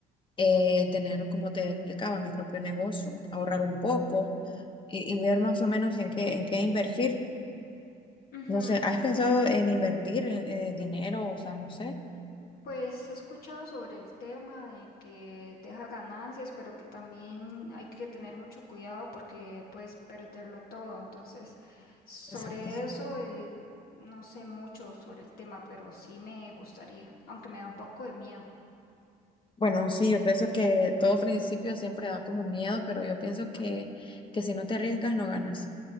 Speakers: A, on the left; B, on the left.
A: eh, tener, como te explicaba, mi propio negocio, ahorrar un poco y, y ver más o menos en qué, en qué invertir.
B: Ujú,
A: No sé, ¿has pensado en invertir eh, dinero? O sea, no sé.
B: Pues he escuchado sobre el tema de que deja ganancias, pero que también hay que tener mucho cuidado porque puedes perderlo todo. Entonces, sobre
A: Exacto.
B: eso eh, no sé mucho sobre el tema, pero sí me gustaría, aunque me da un poco de miedo.
A: Bueno, sí, yo pienso que todo principio siempre da como miedo, pero yo pienso que, que si no te arriesgas, no ganas.